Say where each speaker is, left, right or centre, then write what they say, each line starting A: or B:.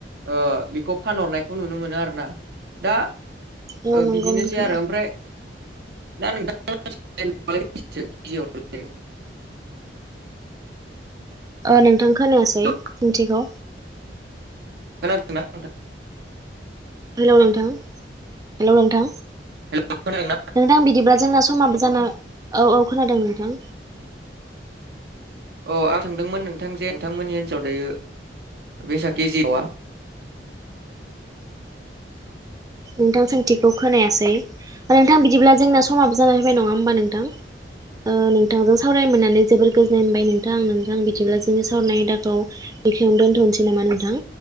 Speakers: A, on the right (about 65°); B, on the right (about 20°).
A: ओ बेखौ फानहरनायखौ नुनो मोनो आरोना दा
B: औ
A: ओ
B: नंगौ
A: बिदिनोसै
B: नोंथां
A: आरो ओमफ्राय दा नोंथां <unintelligible>
B: अ नोंथां खोनायासै
A: खोनादोंना
B: सोंथिखौ
A: खोनादोंना नोंथां।
B: हेलौ नोंथां हेलौ नोंथां
A: हेल' खोनादोंना?
B: नोंथां बिदिब्ला जोंना समाबो जाना औ औ खोनादों नोंथां
A: अ आं सोंदोंमोन नोंथां जे नोंथांमोननि ओनसोलाव दायो। बेस केजि दावा
B: नोंथां सोंथिखौ खोनायासै आरो नोंथां बिदिब्ला जोंना समाबो जाना फैाय नङा होमबा नोंथां? ओ नोंथांजों सावराय मोननानै जोबोर गोजोननाय मोनबाय नोंथां नोंथां बिदिब्ला जोंनि सावरायनाय आयदाखौ बेखिनियावनो दोनथ'नोसै नामा नोंथां?